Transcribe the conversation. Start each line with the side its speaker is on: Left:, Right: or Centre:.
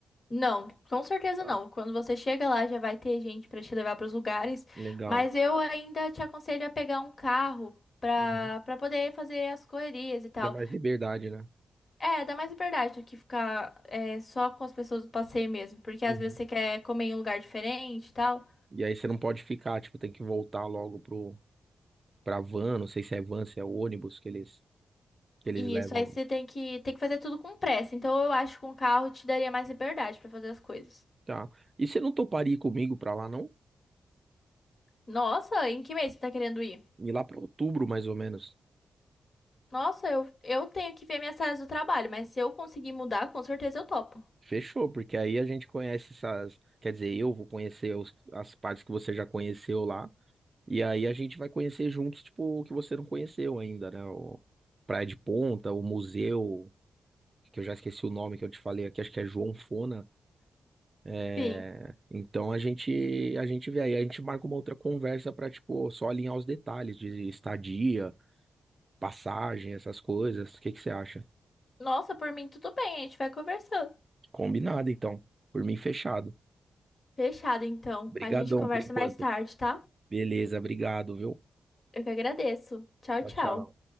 Left: Não, com certeza
Right: Tá.
Left: não. Quando você chega lá, já vai ter gente para te levar para os lugares,
Right: Legal.
Left: mas eu ainda te aconselho a pegar um carro para
Right: Uhum.
Left: para poder fazer as correrias e tal.
Right: Dá mais liberdade, né?
Left: É, dá mais liberdade do que ficar é, só com as pessoas do passeio mesmo, porque
Right: Uhum.
Left: às vezes você quer comer em um lugar diferente e tal.
Right: E aí você não pode ficar, tipo, tem que voltar logo pro, pra van, não sei se é van, se é ônibus que eles, que eles
Left: E
Right: levam
Left: isso aí
Right: lá.
Left: você tem que tem que fazer tudo com pressa. Então eu acho que com o carro te daria mais liberdade para fazer as coisas.
Right: Tá. E você não toparia ir comigo pra lá, não?
Left: Nossa, em que mês você tá querendo ir?
Right: Ir lá pra outubro, mais ou menos.
Left: Nossa, eu, eu tenho que ver minhas séries do trabalho, mas se eu conseguir mudar, com certeza eu topo.
Right: Fechou, porque aí a gente conhece essas. Quer dizer, eu vou conhecer os- as partes que você já conheceu lá. E aí a gente vai conhecer juntos, tipo, o que você não conheceu ainda, né? O Praia de Ponta, o museu, que eu já esqueci o nome que eu te falei aqui, acho que é João Fona. É,
Left: Sim.
Right: Então a gente, a gente vê aí, a gente marca uma outra conversa pra, tipo, só alinhar os detalhes de estadia, passagem, essas coisas. O que que você acha?
Left: Nossa, por mim tudo bem, a gente vai conversando.
Right: Combinado, então. Por mim, fechado.
Left: Fechado, então.
Right: Obrigadão
Left: A gente conversa
Right: por enquanto.
Left: mais tarde, tá?
Right: Beleza, obrigado, viu?
Left: Eu que agradeço. Tchau,
Right: Tchau,
Left: tchau.
Right: tchau.